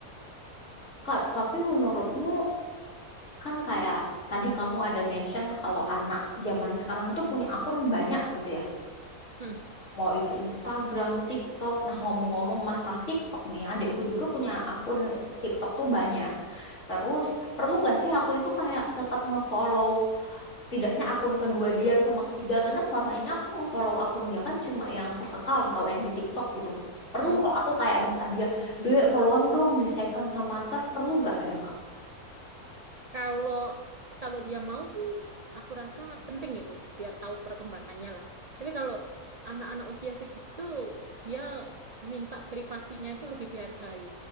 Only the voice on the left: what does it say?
Kak, tapi menurutmu kan kayak tadi kamu ada mention kalau anak zaman sekarang itu punya akun banyak gitu ya.
Mau itu Instagram, TikTok. Nah, ngomong-ngomong masalah TikTok nih, adikku juga punya akun TikTok tuh banyak. Terus, perlu nggak sih aku itu kayak tetap ngefollow setidaknya akun kedua dia sama ketiga karena selama ini aku ngefollow akun dia kan cuma yang first account kalau yang di TikTok gitu perlu
nggak aku kayak minta dia Dek followan dong di second sama third perlu nggak ya kak